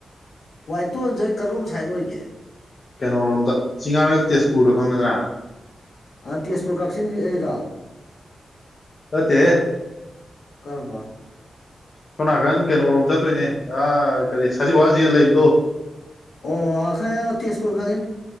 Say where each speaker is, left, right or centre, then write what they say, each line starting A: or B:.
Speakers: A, on the left; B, on the left.
A: ꯋꯥꯏꯇꯣꯟꯁꯩ ꯀꯔꯣꯝ ꯁꯥꯏꯠ ꯑꯣꯏꯒꯦ
B: ꯀꯩꯅꯣꯔꯣꯝꯗ ꯆꯤꯉꯥꯔꯦꯜ ꯇꯦꯖꯄꯨꯔꯗ ꯈꯪꯒꯗ꯭ꯔꯥ
A: ꯑꯥ ꯇꯦꯖꯄꯨꯔ ꯀꯛꯆꯤꯡꯒꯤ ꯑꯩꯔꯣ
B: ꯅꯥꯏꯇꯦꯍꯦ
A: ꯀꯔꯕ
B: ꯁꯣꯅꯥꯀꯪ ꯀꯩꯅꯣꯔꯣꯝ ꯆꯠꯇꯣꯏꯅꯦ ꯑ ꯀꯔꯤ ꯁꯖꯤꯋꯥ ꯖꯦꯜ ꯂꯩꯕꯗꯣ
A: ꯑꯣ ꯑꯈꯌ ꯇꯦꯖꯄꯨꯔ ꯈꯉ